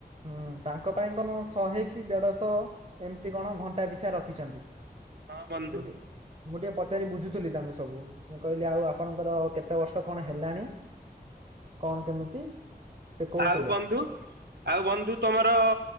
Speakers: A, on the right; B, on the right.
A: ହୁଁ ତାଙ୍କ ପାଇଁ କଣ ଶହେ କି ଦେଢ଼ଶହ ଏମିତି କଣ ଘଣ୍ଟା ପିଛା ରଖିଛନ୍ତି।
B: ହଁ ବନ୍ଧୁ
A: ମୁଁ ଟିଯେ ମୁଁ ଟିକେ ପଚାରି ବୁଝୁଥିଲି ତାଙ୍କୁ ସବୁ। ମୁଁ କହିଲି ଆଉ ଆପଣଙ୍କର କେତେ ବର୍ଷ କଣ ହେଲାଣି କଣ କେମିତି ସେ କହୁଥିଲେ
B: ଆଉ ବନ୍ଧୁ। ଆଉ ବନ୍ଧୁ ତମର